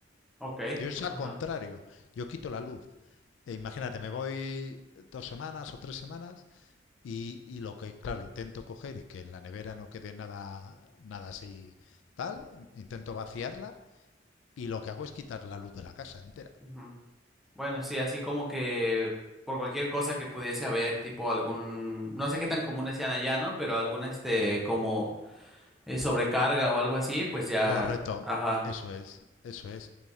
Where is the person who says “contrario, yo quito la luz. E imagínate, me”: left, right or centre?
Left